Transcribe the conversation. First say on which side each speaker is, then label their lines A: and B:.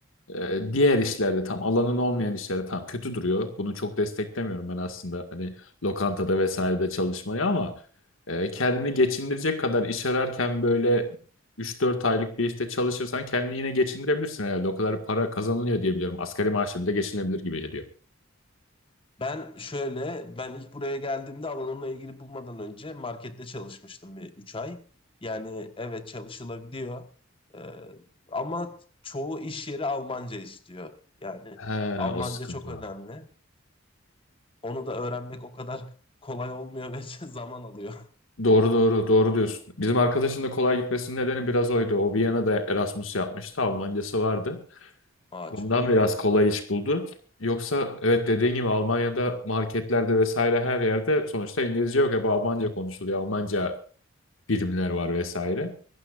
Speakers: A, on the left (about 70°); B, on the left (about 25°).
A: Ee, diğer işlerde tam alanın olmayan işlerde tam kötü duruyor. Bunu çok desteklemiyorum ben aslında hani lokantada vesairede çalışmayı ama e, kendini geçindirecek kadar iş ararken böyle üç dört aylık bir işte çalışırsan kendini yine geçindirebilirsin herhalde. O kadar para kazanılıyor diye biliyorum. Asgari maaşla bile geçinebilir gibi geliyor.
B: Ben şöyle, ben ilk buraya geldiğimde alanımla ilgili bulmadan önce markette çalışmıştım bir 3 ay. Yani evet çalışılabiliyor. Ee, ama çoğu iş yeri Almanca istiyor. Yani
A: He,
B: Almanca
A: o sıkıntı
B: çok önemli.
A: var.
B: Onu da öğrenmek o kadar kolay olmuyor ve <laughs> zaman alıyor.
A: Doğru doğru doğru diyorsun. Bizim arkadaşın da kolay gitmesinin nedeni biraz oydu. O Viyana'da Erasmus yapmıştı. Almancası vardı.
B: Aa
A: Ondan
B: çok iyi.
A: biraz kolay iş buldu. Yoksa evet dediğin gibi Almanya'da marketlerde vesaire her yerde sonuçta İngilizce yok. Hep Almanca konuşuluyor. Almanca birimler var vesaire.